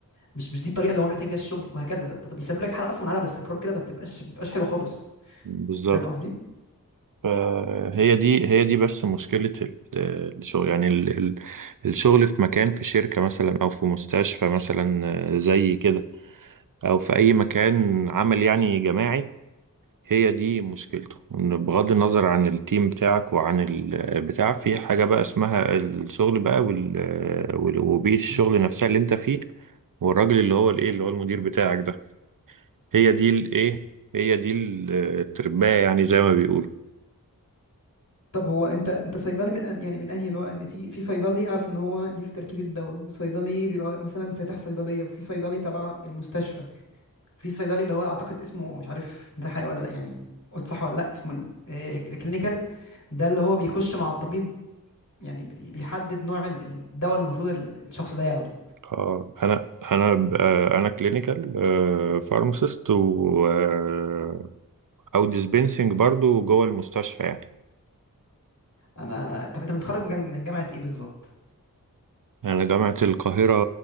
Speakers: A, on the left; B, on the right.
A: مش مش دي الطريقه اللي هو محتاج بيها الشغل وهكذا ده ده بيسبب لك حاله اصلا من عدم الاستقرار كده ما بتبقاش ما بتبقاش حلوه خالص
B: بالظبط
A: فاهم قصدي
B: فهي دي هي دي بس مشكلة ال- الشغل يعني ال- ال- الشغل في مكان في شركة مثلا أو في مستشفى مثلا زي كده أو في أي مكان عمل يعني جماعي هي دي مشكلته إن بغض النظر عن التيم بتاعك وعن البتاع في حاجة بقى اسمها الشغل بقى وال- وال- وبيئة الشغل نفسها اللي أنت فيه والراجل اللي هو الإيه اللي هو المدير بتاعك ده هي دي الإيه هي دي الترباية يعني زي ما بيقولوا
A: طب هو انت انت صيدلي من أن- يعني من انهي نوع لان في في صيدلي اعرف ان هو ليه في تركيبه الدواء وصيدلي بيبقى مثلا فاتح صيدليه وفي صيدلي تبع المستشفى في صيدلي اللي هو اعتقد اسمه مش عارف ده حقيقي ولا لا يعني قلت صح ولا لا اسمه ال- آه، الكلينيكال ده اللي هو بيخش مع الطبيب يعني بي- بيحدد نوع ال- الدواء اللي المفروض ال- الشخص ده ياخده
B: اه انا انا ب- آه، انا كلينيكال فارماسيست و آه، او ديسبنسنج برضو جوه المستشفى يعني
A: انا طب انت متخرج من جن- من جامعة ايه بالظبط
B: انا جامعة القاهرة